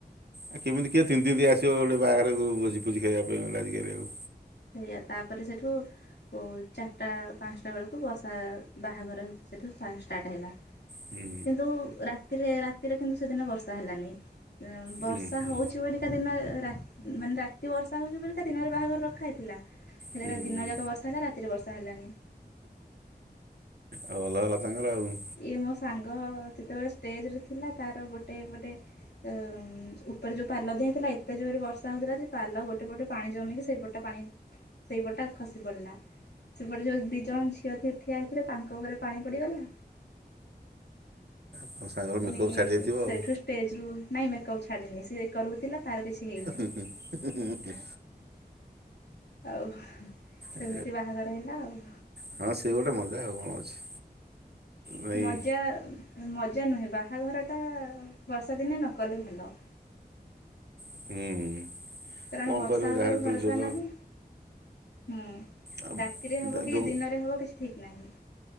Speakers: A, on the right; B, on the left.
A: ଆଉ କେମିତି କିଏ ତିନ୍ତିତିିନ୍ତି ଆସିବ ଗୋଟେ ବାହାଘରକୁ ଭୋଜି ଫୋଜି ଖାଇବା ପାଇଁ ଗୋଟେ ଆଜିକାଲି ଆଉ।
B: ସେଇଆ ତାପରେ ସେଇଠୁ ଓ ଚାରିଟା ପାଞ୍ଚଟା ବେଳକୁ ବର୍ଷା ବାହାଘର ସେଇଠୁ ଷ୍ଟାର୍ଟ ହେଲା।
A: ହୁଁ
B: କିନ୍ତୁ ରାତିରେ ରାତିରେ କିନ୍ତୁ ସେଦିନ ବର୍ଷା ହେଲାନି। ଉଁ ବର୍ଷା
A: ହୁଁ ହୁଁ
B: ହଉଛି ବଲିକା ଦିନ ରାତି ମାନେ ରାତି ବର୍ଷା ହଉଛି ବଲିକା ଦିନରେ ବାହାଘର ର ଖାଇଥିଲା ହେଲେ
A: ହୁଁ
B: ଦିନ ଯାକ ବର୍ଷା ହେଲା ରାତିରେ ବର୍ଷା ହେଲାନି।
A: ଆଉ ଭଲ ହେଲା ତାଙ୍କ ର ଆଉ।
B: ଇଏ ମୋ ସାଙ୍ଗ ଯେତେବେଳେ ଷ୍ଟେଜରେ ଥିଲା ତାର ଗୋଟେ ପଟେ। ଅ ଉପରେ ଯୋଉ ପାଲ ଦିଆ ଥିଲା ଏତେ ଜୋରରେ ବର୍ଷା ହଉଥିଲା ଯେ ପାଲ ଗୋଟେ ପଟେ ପାଣି ଜମିକି ସେଇପଟା ପାଣି ସେଇପଟା ଖସି ପଡିଲା। ସେପଟେ ଯୋଉ ଦି ଜଣ ଝିଅ ଠିଆ ହେ ଥିଲା ତାଙ୍କ ଉପରେ ପାଣି ପଡିଗଲା।
A: ତମ ସାଙ୍ଗର
B: ପୁଣି
A: ମେକଅପ୍ ଛାଡ଼ି ଯାଇଥିବ
B: ସେଠୁ
A: ଆଉ
B: ଷ୍ଟେଜ ରୁ ନାଇଁ ମେକପ୍ ଛାଡିନି ସେ କରୁଥିଲା ତାର କିଛି ହେଇନି।
A: ହୁଁ ହୁଁ ହୁଁ
B: ଆଉ ସେମିତି
A: ଏ
B: ବାହାଘର ହେଲା ଆଉ।
A: ହଁ ସେ ଗୋଟେ ମଜା ଆଉ କଣ ଅଛି। ନାଇଁ
B: ମଜା ମଜା ନୁହେଁ ବାହାଘରଟା ବର୍ଷାଦିନେ ନକଲେ ଭଲ।
A: ହୁଁ
B: କାରଣ
A: କଣ
B: ବର୍ଷା
A: କରିବ ଯାହାର
B: ଉପରେ
A: ଯେତେବେଳେ
B: ଭରସା
A: ଯୋଗ
B: ନାହିଁ। ହୁଁ
A: ଆଉ
B: ରାତିରେ ହବ କି
A: ଯୋଗ
B: ଦିନରେ ହବ କିଛି ଠିକ ନାହିଁ।